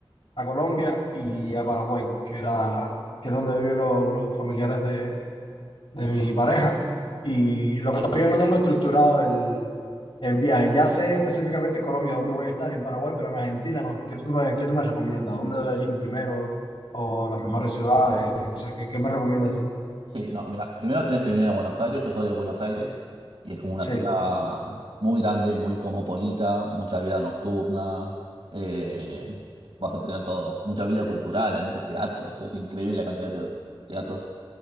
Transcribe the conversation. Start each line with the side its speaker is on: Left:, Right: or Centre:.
Left: a Colombia y a Paraguay, que era, que es donde viven los, los familiares de, de mi pareja. Y lo que todavía no tengo estructurado el, el viaje. Ya sé específicamente en Colombia dónde voy a estar y en Paraguay, pero en Argentina no. ¿Qué tú me, qué tú me recomiendas? ¿Dónde debería ir primero? ¿O las mejores ciudades? No sé, ¿qué, qué me recomiendas tú?
Right: Sí, no, mira, primero tenés que venir a Buenos Aires, yo soy de Buenos Aires, y es como una
Left: Sí.
Right: ciudad muy grande, muy cosmopolita, mucha vida nocturna, eh, vas a tener todo, mucha vida cultural, hay muchos teatros, es increíble la cantidad de te- teatros